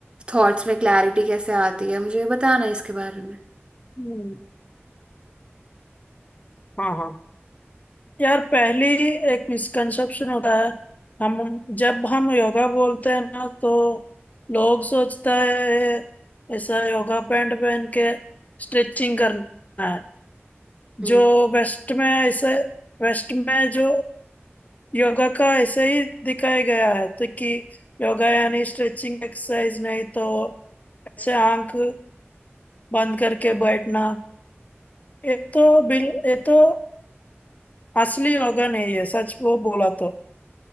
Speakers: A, on the right (about 25°); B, on the left (about 35°).
A: थॉट्स में क्लैरिटी कैसे आती है मुझे बताना इसके बारे में
B: हम्म, हाँ हाँ यार पहली एक मिसकंसेप्शन होता है हम जब हम योगा बोलते हैं ना तो लोग सोचता है ऐसा योगा पैंट पहन के स्ट्रेचिंग करना है
A: हम्म
B: जो वेस्ट में ऐसे वेस्ट में जो योगा का ऐसे ही दिखाया गया है तो कि योगा यानी स्ट्रेचिंग एक्सरसाइज नहीं तो ऐसे आंख बंद करके बैठना ये तो बिल ये तो असली योगा नहीं है सच वो बोला तो